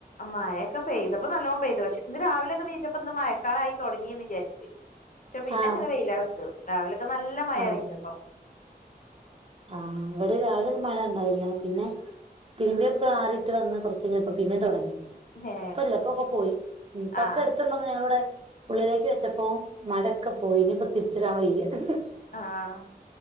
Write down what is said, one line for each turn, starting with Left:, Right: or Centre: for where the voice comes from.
Left: മഴൊക്കെ പെയ്തപ്പോ നല്ലോണം പെയ്തു പക്ഷെ ഇന്ന് രാവിലെക്കെ എനീയിച്ചപ്പ ഇന്ന് മഴക്കാലായി തൊടങ്ങിയന്ന് വിചരിച്ച് പക്ഷെ പിന്നെ
Right: ആഹ്
Left: അങ്ങനെ വെയിലാ വെച്ചു രാവിലൊക്കെ നല്ല മഴ
Right: ആഹ്
Left: എനീച്ചപ്പൊ
Right: <unintelligible> ഇവിടെ രാവിലൊരു മഴ ഉണ്ടായിരുന്ന പിന്നെ തിരുമ്പിയൊക്കെ ആറിയിട്ട് വന്ന കുറച്ച കഴിഞ്ഞപ്പ പിന്നെ തുടങ്ങി
Left: ഏ
Right: ഇപ്പല്ല ഇപ്പൊക്കെ പോയി ഇപ്പൊക്കെ
Left: ആ
Right: എടുത്തണ്ടോന്ന് ഞങ്ങളിവിടെ ഉള്ളിലേക്ക് വെച്ചപ്പോ മഴയൊക്കെ പോയിനി ഇപ്പ തിരിച്ചടാവയ്യ <unintelligible>
Left: ആഹ്